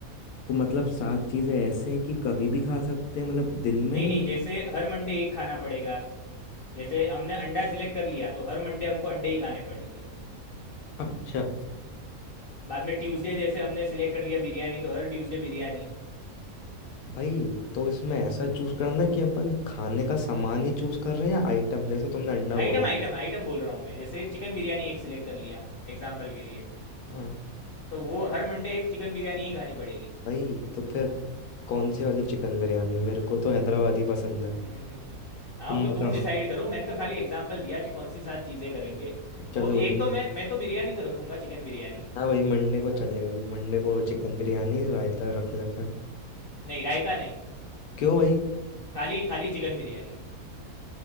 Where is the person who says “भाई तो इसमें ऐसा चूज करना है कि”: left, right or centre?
Left